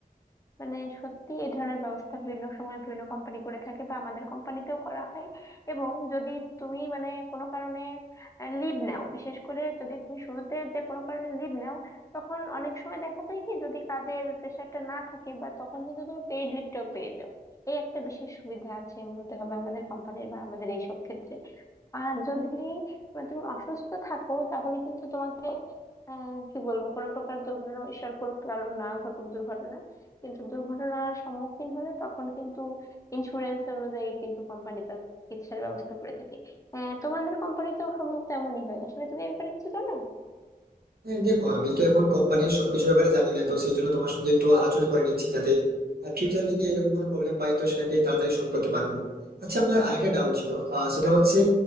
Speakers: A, on the left; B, on the right.
A: মানে সত্যি এই ধরনের ব্যবস্থা বিভিন্ন সময় বিভিন্ন কোম্পানি করে থাকে বা আমাদের কোম্পানিতেও করা হয় এবং যদি তুমি মানে কোনো কারণে লিভ নাও বিশেষ করে যদি তুমি শুরুতে যে কোনো কারণে লিভ নাও তখন অনেক সময় দেখা যায় কি যদি কাজের প্রেশারটা না থাকে বা তখন কিন্তু তুমি পেইড লিভটাও পেয়ে যাও এই একটা বিশেষ সুবিধা আছে বলতে হবে আমাদের কোম্পানির বা আমাদের এইসব ক্ষেত্রে আর যদি মানে তুমি অসুস্থ থাকো তাহলে কিন্তু তোমাকে আহ, কি বলবো কোনো প্রকার দুর্ঘটনা ঈশ্বর করুক কারণ না ঘটুক দুর্ঘটনা কিন্তু দুর্ঘটনার সম্মুখীন হলে তখন কিন্তু ইন্স্যুরেন্স অনুযায়ী কিন্তু কোম্পানি তার চিকিৎসার ব্যবস্থা করে থাকে আহ, তোমাদের কোম্পানিতেও সম্ভবত এমনই হয় আসলে তুমি এই ব্যাপারে কিছু জানো
B: হ্যাঁ, দেখো আমি তো এখন কোম্পানির সবকিছু ব্যাপারে জানি না তো সেই জন্য তোমার সঙ্গে একটু আলোচনা করে নিচ্ছি যাতে ফিউচার যদি এরকম কোনো প্রবলেম পাই তো সেটাকে তাড়াতাড়ি সলভ করতে পারবো আচ্ছা আমার আরেকটা ডাউট ছিল আহ, সেটা হচ্ছে